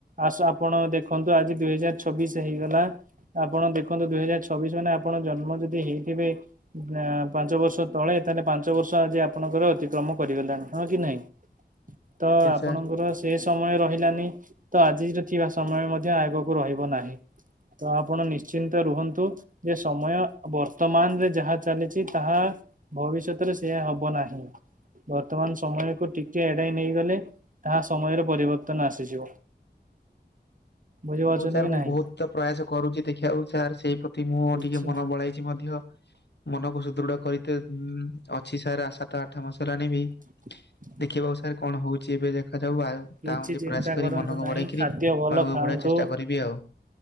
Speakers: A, on the right; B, on the left.
A: ଆସ ଆପଣ ଦେଖନ୍ତୁ ଆଜି ଦୁଇ ହଜାର ଛବିଶ ହେଇଗଲା। ଆପଣ ଦେଖନ୍ତୁ ଦୁଇ ହଜାର ଛବିଶ ମାନେ ଆପଣ ଜନ୍ମ ଯଦି ହେଇଥିବେ ପାଞ୍ଚ ବର୍ଷ ତଳେ ତାହେଲେ ପାଞ୍ଚ ବର୍ଷ ଆଜି ଆପଣଙ୍କର ଅତିକ୍ରମ କରିଗଲାଣି ହଁ କି ନାହିଁ? ତ
B: ଆଜ୍ଞା
A: ଆପଣଙ୍କର
B: ସାର୍
A: ସେ ସମୟ ରହିଲାନି ତ ଆଜିର ଥିବା ସମୟ ମଧ୍ୟ ଆଗକୁ ରହିବ ନାହିଁ। ତ ଆପଣ ନିଶ୍ଚିନ୍ତ ରୁହନ୍ତୁ। ଯେ ସମୟ ବର୍ତ୍ତମାନରେ ଯାହା ଚାଲିଛି ତାହା ଭବିଷ୍ୟତରେ ସେଇୟା ହବ ନାହିଁ। ବର୍ତ୍ତମାନ ସମୟକୁ ଟିକେ ଏଡେଇ ନେଇଗଲେ ତାହା ସମୟରେ ପରିବର୍ତ୍ତନ ଆସିଯିବ। ବୁଝିପାରୁଛନ୍ତି
B: ହଉ ସାର୍
A: କି
B: ମୁଁ
A: ନାହିଁ?
B: ବହୁତ ପ୍ରୟାସ କରୁଛି ଦେଖିବାକୁ ସାର୍ ସେଇ ପ୍ରତି ମୁଁ
A: କିଛି
B: ଟିକେ ମନ ବଳାଇଛି ମଧ୍ୟ ମନକୁ ଦୃଢ କରିତେ ଅଛି ସାର୍ ସାତ ଆଠ ମାସରେ ଆଣିବି।
A: <inaudible>
B: ଦେଖିବାକୁ ସାର କଣ ହଉଛି ଏବେ ଦେଖାଯାଉ ଆଉ
A: କିଛି
B: ତା ଯେ
A: ଚିନ୍ତା
B: ପ୍ରୟାସ କରି
A: କରନ୍ତୁ
B: ମନକୁ
A: ନାହିଁ
B: ବଢେଇକିରି
A: ଖାଦ୍ୟ ଭଲ
B: ଆଗକୁ
A: ଖାଆନ୍ତୁ।
B: ବଢେଇ କରିବି ଆଉ।